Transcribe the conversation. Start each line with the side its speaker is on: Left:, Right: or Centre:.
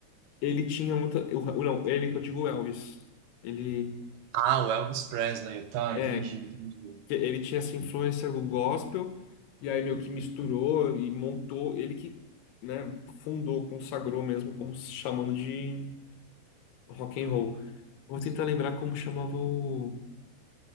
Left: Ele tinha muita. o- Não, ele que eu digo Elvis. Ele,
Right: Ah, o Elvis Presley, tá,
Left: é,
Right: entendi, entendi.
Left: que ele tinha essa influência do gospel, e aí meio que misturou e montou. Ele que, né, fundou, consagrou mesmo, como se chamando de. Rock and roll. Vou tentar lembrar como chamava o.